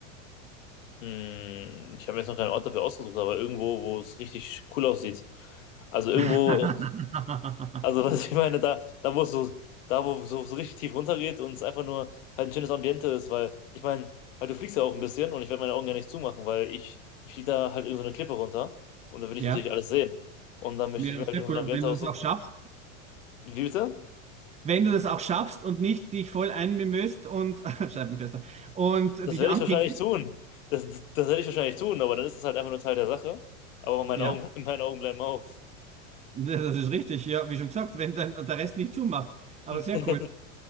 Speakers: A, on the left (about 70°); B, on the right (about 15°).
A: mh, ich habe jetzt noch keinen Ort dafür ausgesucht, aber irgendwo, wo es richtig cool aussieht. Also irgendwo,
B: <laughs>
A: äh, also <laughs> was ich meine, da, da wo es so, da wo es so, so richtig tief runtergeht und es einfach nur halt ein schönes Ambiente ist, weil ich meine, halt du fliegst ja auch ein bisschen und ich werde meine Augen ja nicht zumachen, weil ich, ich fliege da halt irgend so eine Klippe runter und da will ich
B: Ja,
A: natürlich alles sehen. Und dann möchte
B: ja,
A: ich mir
B: sehr
A: halt irgendein
B: cool,
A: so ein Ambiente
B: wenn du
A: aussuchen,
B: das auch schaffst.
A: Wie bitte?
B: Wenn du das auch schaffst und nicht dich voll einmimöst und <laughs> Scheibenkleister und
A: Das
B: dich
A: werde
B: anpinkelst.
A: ich wahrscheinlich tun. Das, das werde ich wahrscheinlich tun, aber dann ist es halt einfach nur Teil der Sache. Aber meine
B: Ja,
A: Augen bleiben, meine Augen bleiben auf.
B: <laughs> das ist richtig. Ja, wie schon gesagt, wenn dann der Rest nicht zumacht. Aber
A: <laughs>
B: sehr cool.